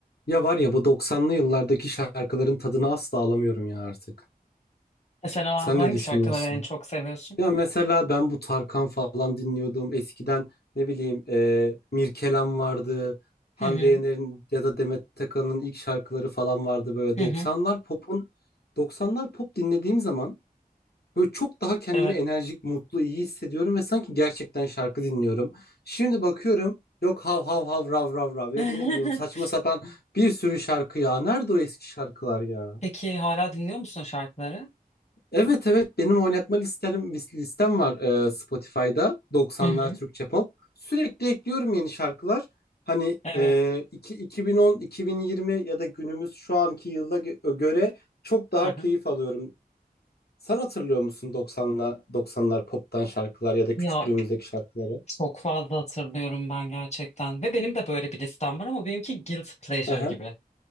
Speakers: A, on the left; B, on the left.
A: Ya var ya bu 90'lı yıllardaki şarkıların tadını asla alamıyorum ya artık.
B: Mesela
A: Sen
B: hangi
A: ne düşünüyorsun?
B: şarkıları en çok seviyorsun?
A: Ya mesela ben bu Tarkan falan dinliyordum. Eskiden ne bileyim e, Mirkelam vardı. Hande
B: Hı hı.
A: Yener'in ya da Demet Akalın'ın ilk şarkıları falan vardı böyle.
B: Hı
A: 90'lar
B: hı.
A: pop'un 90'lar pop dinlediğim zaman Böyle çok daha kendimi
B: Evet.
A: enerjik, mutlu, iyi hissediyorum ve sanki gerçekten şarkı dinliyorum. Şimdi bakıyorum yok hav hav hav rav rav rav ya
B: <laughs>
A: da ne bileyim saçma sapan bir sürü şarkı ya. Nerede o eski şarkılar ya?
B: Peki hala dinliyor musun o şarkıları?
A: Evet evet benim oynatma listem, listem var e, Spotify'da 90'lar
B: Hı hı.
A: Türkçe pop. Sürekli ekliyorum yeni şarkılar. Hani
B: Evet.
A: e, iki- 2010, 2020 ya da günümüz şu anki yıla gö- göre çok daha
B: Hı hı.
A: keyif alıyorum. Sen hatırlıyor musun 90'la 90'lar pop'tan şarkılar ya da
B: Ya
A: küçüklüğümüzdeki şarkıları?
B: çok fazla hatırlıyorum ben gerçekten. Ve benim de böyle bir listem var ama benimki guilty pleasure
A: Hı hı.
B: gibi.